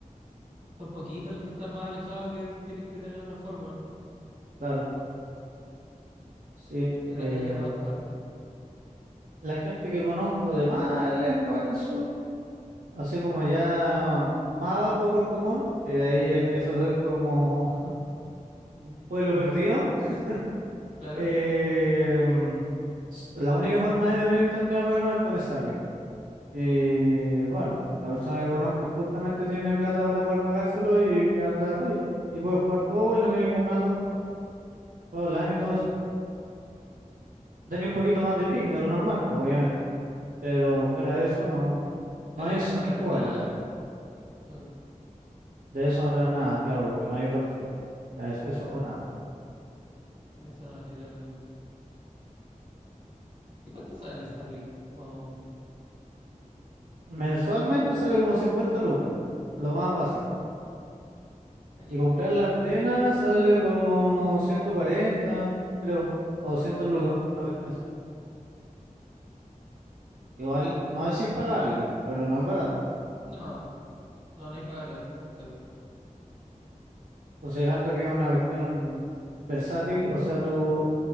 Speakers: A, on the right; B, on the right.
A: Son poquitos los que están más alejados que tienen que tener otra forma.
B: claro, sí.
A: Al final
B: Eh,
A: acá llega a todas partes.
B: la gente que conozco de más lejos en el sur, así como ya más abajo de Puerto Montt, que de ahí empieza a ser como <laughs> un pueblo perdido, <laughs>
A: Claro,
B: eh, s- la única forma de tener internet bueno es con Starlink. Y bueno, la persona que conozco justamente tiene plata para poder pagárselo y le anda joya. Y puede jugar todo y no tiene ningún dato, todo online y todo
A: sí,
B: eso.
A: po.
B: Tenía un poquito más de ping de lo normal, pues, obviamente Pero fuera de eso, no, no
A: Pero
B: es
A: eso no
B: injugable.
A: tener nada, uf,
B: De eso no tener nada, claro, porque no hay otra opción. O sea, es eso o nada.
A: eso no, literalmente. ¿Y cuánto sale el Starlink? Como
B: Mensualmente sale como 50 lucas, lo más básico.
A: carito,
B: Y comprar
A: ¿no?
B: la antena sale como 140 creo, o 200 lucas, una cuestión así. Igual no es impagable, pero no es barato.
A: No, no, no hay pagarle. sí,
B: Considerando que es una cuestión versátil, o sea, tú